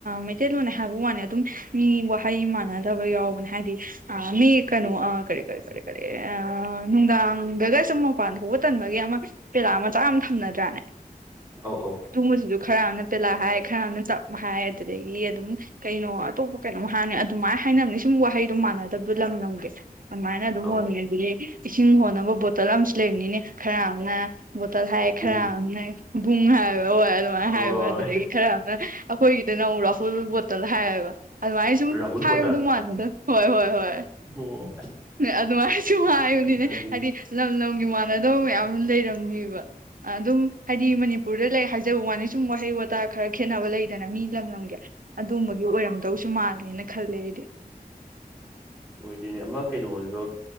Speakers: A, on the right; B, on the right.
A: ꯃꯩꯇꯩꯂꯣꯟ ꯍꯥꯏꯕ ꯋꯥꯅꯤ ꯑꯗꯨꯝ ꯃꯤ ꯋꯥꯍꯩ ꯃꯥꯟꯅꯗꯕ ꯌꯥꯎꯕꯅꯦ ꯍꯥꯏꯗꯤ ꯑ ꯃꯤ ꯀꯩꯅꯣ ꯑ ꯀꯔꯦ ꯀꯦ ꯈꯔꯦ ꯀ ꯑ ꯅꯨꯡꯗꯥ ꯒ ꯁꯨꯝ ꯃꯄꯥꯟ ꯊꯣꯛꯄ ꯇꯟꯕꯒꯤ ꯑꯃ ꯄꯦꯔꯥ ꯃꯆꯥ ꯑꯃ ꯊꯝꯅꯗ꯭ꯔꯥꯅꯦ
B: ꯑꯧ ꯑꯧ
A: ꯊꯣꯡꯕꯁꯤꯁꯨ ꯈꯔ ꯑꯃꯅ ꯄꯦꯂꯥ ꯍꯥꯏ ꯈꯔ ꯑꯃꯅ ꯇꯞ ꯍꯥꯏ ꯑꯗꯨꯗꯒꯤ ꯑꯗꯨꯝ ꯀꯩꯅꯣ ꯑꯇꯣꯞꯄ ꯀꯩꯅꯣꯝ ꯍꯥꯟꯅꯦ ꯑꯗꯨꯃꯥꯏꯅ ꯍꯥꯏꯅꯕꯅꯦ ꯁꯨꯝ ꯋꯥꯍꯩꯗꯣ ꯃꯥꯟꯅꯗꯕꯗꯣ ꯂꯝ ꯂꯝꯒꯦ ꯑꯗꯨꯃꯥꯏꯅ ꯑꯗꯨꯝ
B: ꯑꯧ
A: ꯍꯣꯟꯉꯦ ꯑꯗꯨꯗꯤ ꯏꯁꯤꯡ ꯍꯣꯟꯅꯕ ꯕꯣꯇꯜ ꯑꯃꯁꯨ ꯂꯩꯕꯅꯤꯅꯦ ꯈꯔ ꯑꯃꯅ ꯕꯣꯇꯜ ꯍꯥꯏ
B: ꯕꯨꯡ
A: ꯈꯔ ꯕꯨꯡ ꯍꯥꯏꯕ ꯑꯗꯨꯃꯥꯏꯅ
B: ꯑꯣ
A: ꯍꯥꯏꯕ ꯑꯗꯨꯗꯒꯤ ꯈꯔ ꯑꯃꯅ ꯑꯩꯈꯣꯏꯒꯤꯗ ꯅ ꯑꯃꯨꯛ ꯔꯥꯍꯨꯜ ꯕꯣꯇꯜ ꯍꯥꯏꯌꯦꯕ ꯑꯗꯨꯃꯥꯏꯅ ꯁꯨꯝ
B: ꯔꯥꯍꯨꯜ
A: ꯍꯥꯏꯕꯗꯨ
B: ꯄꯣꯇꯔ
A: ꯃꯥꯟꯕꯗ ꯍꯣꯏ ꯍꯣꯏ ꯍꯣꯏ
B: ꯑꯣ
A: ꯑꯗꯨꯃꯥꯏꯅꯁꯨ ꯍꯥꯏꯕꯅꯤꯅꯦ
B: ꯈꯪꯉꯤ
A: ꯍꯥꯏꯗꯤ ꯂꯝ ꯂꯝꯒꯤ ꯃꯥꯟꯅꯗꯕ ꯃꯌꯥꯝ ꯑꯃ ꯂꯩꯔꯝꯅꯤꯕ ꯑꯗꯨꯝ ꯍꯥꯏꯗꯤ ꯃꯅꯤꯄꯨꯔꯗ ꯂꯩ ꯍꯥꯏꯖꯕ ꯋꯥꯅꯤ ꯁꯨꯝ ꯋꯥꯍꯩ ꯋꯥꯠ ꯇꯥ ꯈꯔ ꯈꯦꯠꯅꯕ ꯂꯩꯗꯅ ꯃꯤ ꯂꯝ ꯂꯝꯒꯤ ꯑꯗꯨꯝꯕꯒꯤ ꯑꯣꯏꯔꯝꯗꯧꯁꯨ ꯃꯥꯜꯂꯦꯅ ꯈꯜꯂꯦ ꯑꯩꯗꯤ
B: ꯑꯣꯏꯗꯣꯏꯅꯦ ꯑꯃ ꯀꯩꯅꯣꯁꯨ